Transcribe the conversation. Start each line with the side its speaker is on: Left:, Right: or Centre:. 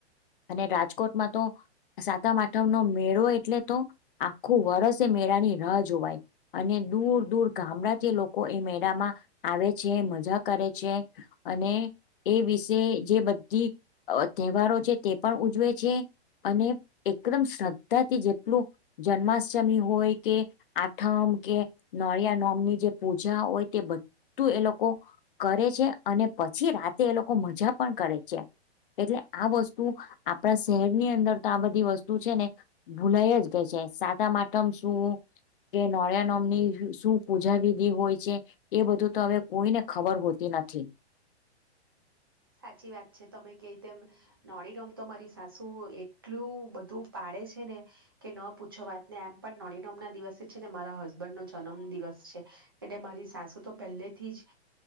Left: અને રાજકો રાજકોટમાં તો સાતામ આઠવનો મેળો એટલે તો આખું વરષ એ મેળાની રાહ જોવાય, અને દૂર દૂર ગામડાથી લોકો એ મેળામાં આવે છે, મજાક કરે છે, અને એ વિશે જે બધી તહેવારો છે તે પણ ઉજવે છે અને એકદમ શ્રદ્ધાથી જેટલું જન્માષ્ટમી હોય કે આઠમ કે નોળિયા નોમની જે પૂજા હોય તે બધું એ લોકો કરે છે, અને પછી રાતે એ લોકો મજા પણ કરે છે, એટલે આ વસ્તુ આપણા શહેરની અંદર તો આ બધી વસ્તુ છે ને ભૂલાઈ જ ગઈ છે, સાતમ આઠમ હોય છે શું, કે નોરિયાનોમની શું પૂજા વિધિ હોય છે, એ બધું તો હવે કોઈને ખબર હોતી પિનાથી
Right: સાચી વાત છે, તમે કે તેમ નોળીનોમ તો મારી સાસુ એટલું બધું પાડે છે ને કે ન પૂછો વાત ને એમ પણ નોળીનોમ ના દિવસે છે ને મારા હસબન્ડ નો જન્મ દિવસ છે એટલે મારી સાસુ તો પહેલેથી જ